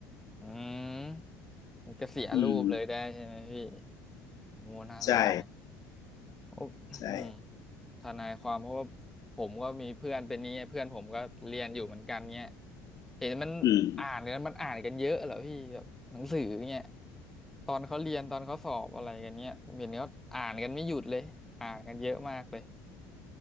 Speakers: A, in the centre; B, on the left.
A: อืมมันก็เสียรูปเลยได้ใช่ไหมพี่
B: อืม
A: โมน่าสนใจ
B: ใช่
A: โอ้อืม
B: ใช่
A: ทนายความเพราะว่าผมก็มีเพื่อนเป็นนี้ไงเพื่อนผมก็เรียนอยู่เหมือนกันเนี้ยเห็นมันอ่านกันมันอ่านกันเยอะเหรอพี่แบบหนังสือเนี้ย
B: อืม
A: ตอนเขาเรียนตอนเขาสอบอะไรกันเนี้ยผมเห็นเขาอ่านกันไม่หยุดเลยอ่านกันเยอะมากเลย